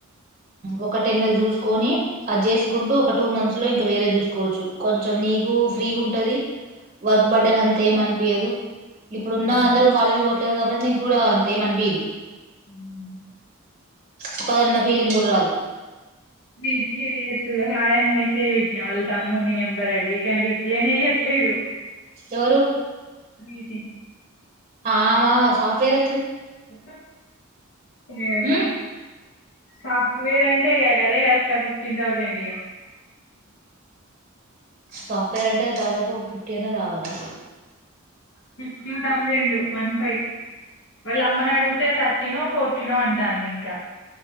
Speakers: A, on the right (about 35°); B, on the left (about 65°).
A: ఒక టెన్న నెలు చూసుకొని అది చేసుకుంటూ ఒక టూ మంత్స్ లో ఇంకా వేరే చూసుకోవచ్చు కొంచెం నీకు
B: ఉమ్,
A: ఫ్రీగా ఉంటుంది వర్క్
B: ఉమ్,
A: బర్డెన్ అంత ఏమీ అనిపియదు ఇప్పుడు
B: ఉమ్,
A: ఉన్న అందరూ కాలేజ్ పోవట్లేదు కాబట్టి నిక్కుడా అంతేమనిపిదు
B: ఉమ్,
A: ఒకదన్న ఫీలింగ్ కూడా రాదు
B: మీదికి ఏస్తు హాయని మెసేజ్ పెట్టినా వాళ్ళ తమ్మునిీ నెంబర్ అడిగి కానీ రిప్లైనే వేయ్యట్లేదు
A: ఎవరు
B: రైటే
A: ఆమ సాఫ్ట్ ట్వేర్
B: ఎ ఏమొ
A: హ్మ్
B: సాఫ్ట్ వేర్ అంటే ఇగ అదే కదక్క ఫిఫ్టీన్ థౌసండ్ ఇగ
A: సాఫ్ట్వేర్ అంటే దాదాపు ఒక ఫిఫ్టీ అయినా కావాలా
B: ఫిఫ్టీన్ ౌజండ్ వన్ ఫైవ్ వాళ్ళ అమ్మని అడిగితే థర్టీనో ఫోర్టీన్ో అంటాంది ఇంకా